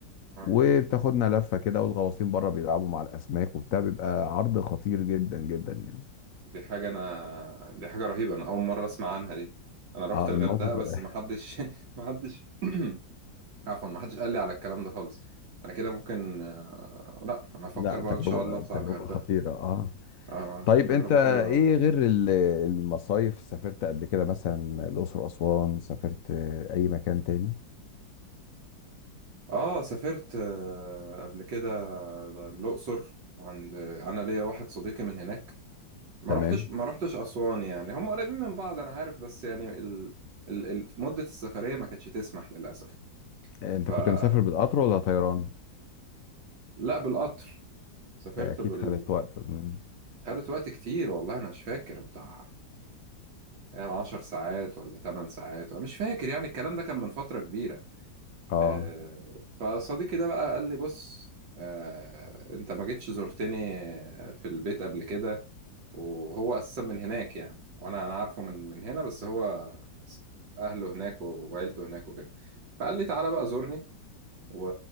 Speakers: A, on the right; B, on the left.
A: اه
B: وبتاخدنا لفة كده والغواصين بره بيلعبوا مع الأسماك وبتاع بيبقى عرض خطير جدا جدا يعني
A: دي حاجه انا دي حاجه رهيبه انا اول مره اسمع عنها دي انا رحت
B: اه
A: الغردقه
B: الموقف
A: بس
B: <laughs>
A: ما حدش <laughs> ما حدش <clears throat> عفوا ما حدش قال لي على الكلام ده خالص انا كده ممكن آه، لا انا افكر
B: لا
A: بقى
B: تجربة
A: ان شاء الله اطلع
B: تجربة
A: الغردقه
B: خطيرة اه
A: اه
B: طيب
A: تجربه
B: انت
A: حلوه
B: ايه
A: أوي.
B: غير ال- المصايف سافرت قبل كده مثلا الأقصر أسوان سافرت آه، أي مكان تاني
A: اه سافرت آه، قبل كده الأقصر عند انا ليا واحد صديقي من هناك ما
B: تمام
A: رحتش ما رحتش أسوان يعني هم قريبين من بعض انا عارف بس يعني ال... ال... ال... مدة السفرية ما كانتش تسمح للأسف
B: آه، انت
A: فلا
B: كنت مسافر بالقطر ولا طيران؟
A: بالقطر سافرت
B: آه، اكيد
A: بال
B: خدت وقت مم.
A: خدت وقت كتير والله انا مش فاكر بتاع يعني 10 ساعات ولا 8 ساعات انا مش فاكر يعني الكلام ده كان من فترة كبيرة
B: اه
A: آه، فصديقي ده بقى قال لي بص آه، انت ما جيتش زرتني في البيت قبل كده وهو اساسا من هناك يعني وانا انا عارفه من من هنا بس هو س- اهله هناك وعيلته هناك وكده فقال لي تعالى بقى زورني و...